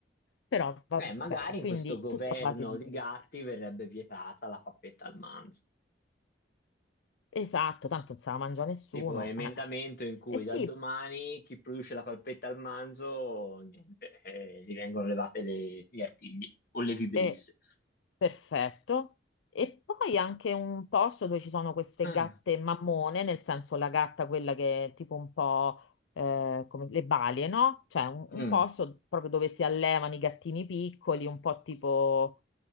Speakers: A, on the left; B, on the left.
A: Però vabbè,
B: Eh, magari in
A: quindi
B: questo governo
A: tutto a base di
B: di
A: pesce.
B: gatti verrebbe vietata la pappetta al manzo.
A: Esatto, tanto non se la mangia nessuno.
B: Tipo emendamento
A: Eh.
B: in cui
A: E sì,
B: da domani chi produce la palpetta al manzo, niente, eh, gli vengono levate le- gli artigli o le vibrisse.
A: è perfetto. E poi anche un posto dove ci sono queste
B: Ah,
A: gatte mammone, nel senso la gatta quella che è tipo un po' eh, come le balie, no? Cioè un, un
B: mm,
A: posto proprio dove si allevano i gattini piccoli, un po' tipo,